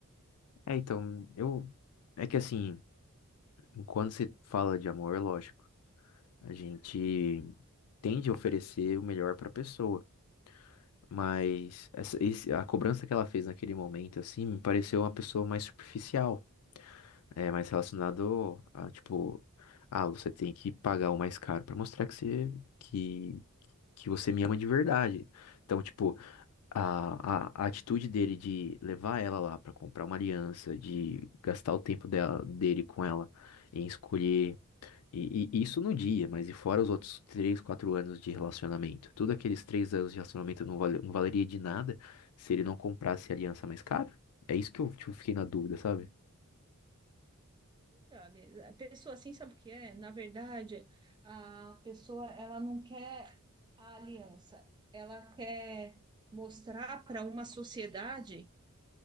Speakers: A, on the left; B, on the right.
A: É, então, eu. É que assim, quando se fala de amor, é lógico, a gente. tende a oferecer o melhor para a pessoa. Mas essa, esse- a cobrança que ela fez naquele momento, assim, me pareceu uma pessoa mais superficial, é, mais relacionado a, tipo, ah, você tem que pagar o mais caro para mostrar que você, que, que você me ama de verdade. Então, tipo, a, a, a atitude dele de levar ela lá para comprar uma aliança, de gastar o tempo dela, dele com ela em escolher e, e isso no dia, mas e fora os outros três, quatro anos de relacionamento? Tudo aqueles três anos de relacionamento não, vale- não valeria de nada se ele não comprasse a aliança mais cara? É isso que eu tipo, fiquei na dúvida, sabe?
B: Sabe, A pessoa assim, sabe o que é? Na verdade, a pessoa, ela não quer a aliança, ela quer mostrar para uma sociedade